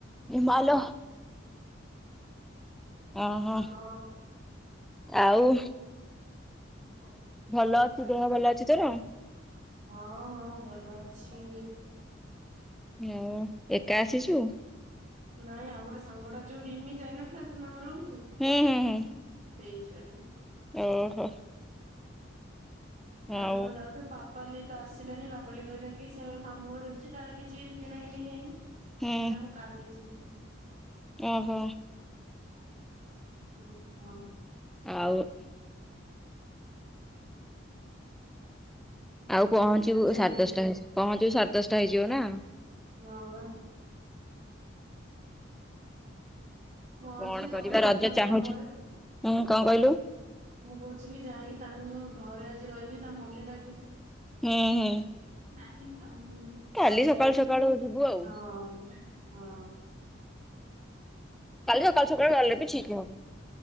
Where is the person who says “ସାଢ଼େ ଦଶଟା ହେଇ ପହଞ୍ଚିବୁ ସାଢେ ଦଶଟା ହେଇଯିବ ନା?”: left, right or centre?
Centre